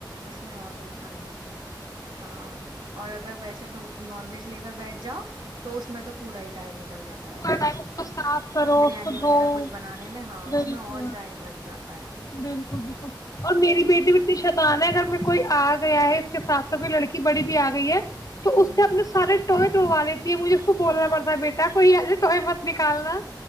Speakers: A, on the right; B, on the left.
A: اس میں اور پریشانی ہوتی ہے ہاں اور اگر ویسے نان ویج لے کر بیٹھ جاؤ تو اس میں تو پورا ہی ٹائم نکل جاتا
B: پورا
A: ہے پھر
B: ٹائم اس کو صاف کرو
A: بریانی
B: اس کو
A: وغیرہ
B: دھو
A: کچھ بنانے میں ہاں
B: بالکل
A: اس میں اور ٹائم لگ جاتا ہے
B: بالکل بالکل اور میری بیٹی بھی اتنی شطان ہے اگر میں کوئی آ گیا ہے اس کے ساتھ س لڑکی بڑی بھی آ گئی ہے تو
A: ہوں
B: اس سے اپنے سارے ٹوہے توڑوا لیتی ہے مجھے اس کو بولنا پڑتا ہے بیٹا کوئی ایسے ٹہے مت نکالنا